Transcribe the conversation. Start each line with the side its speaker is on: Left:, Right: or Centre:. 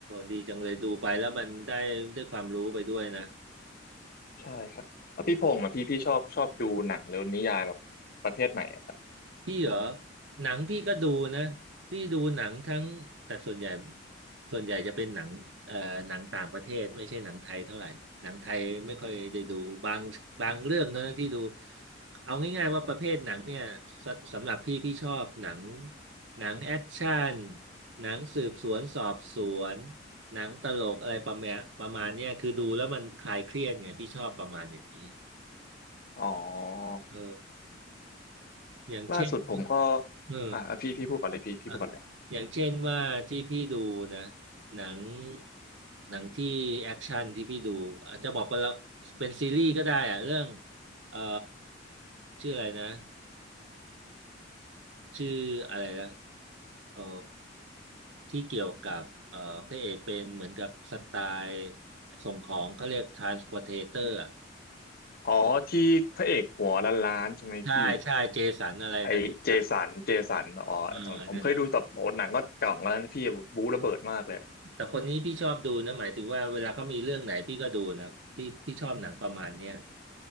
Right: ดีจังเลยดูไปแล้วมันได้ได้ความรู้ไปด้วยนะ
Left: ใช่ครับแล้วพี่พงษ์อ่ะพี่พี่ชอบชอบดูหนังหรือนิยายแบบประเภทไหนอะครับ
Right: พี่เหรอหนังพี่ก็ดูนะพี่ดูหนังทั้งแต่ส่วนใหญ่ส่วนใหญ่จะเป็นหนังเอ่อหนังต่างประเทศไม่ใช่หนังไทยเท่าไหร่หนังไทยไม่ค่อยได้ดูบางบางเรื่องเท่านั้นที่ดูเอาง่ายๆว่าประเภทหนังเนี่ยสสำหรับพี่พี่ชอบหนังหนังแอคชั่นหนังสืบสวนสอบสวนหนังตลกอะไรประมาณประมาณเนี้ยคือดูแล้วมันคลายเครียดไงพี่ชอบประมาณอย่างนี้
Left: อ๋อ
Right: เอออย่างเช่น
Left: ล่าสุดผมก็
Right: เออ
Left: อ่าพี่พี่พูดก่อนเลยพี่พี่พูดก่อนเลย
Right: อ่ะอย่างเช่นว่าที่พี่ดูนะหนังหนังที่แอคชั่นที่พี่ดูอาจจะบอกไปแล้วเป็นซีรีส์ก็ได้อะเรื่องเอ่อชื่ออะไรนะชื่ออะไรนะเอ่อที่เกี่ยวกับเอ่อพระเอกเป็นเหมือนกับสไตล์ส่งของเขาเรียกทรานสปอ r t เตอร์อ่ะ
Left: อ๋อที่พระเอกหัวล้านๆใช่ไหมพี่
Right: ใช่ใช่เจสันอะไรนั่นทุกอย่าง
Left: ไอเจสันเจสันอ๋อ
Right: เออนั่นนะ
Left: ผมเคยดูแต่โอ้หนังก็เก่าแล้วนะพี่บู๊ระเบิดมากเลย
Right: แต่คนนี้พี่ชอบดูนะหมายถึงว่าเวลาเขามีเรื่องไหนพี่ก็ดูนะพี่พี่ชอบหนังประมาณเนี้ย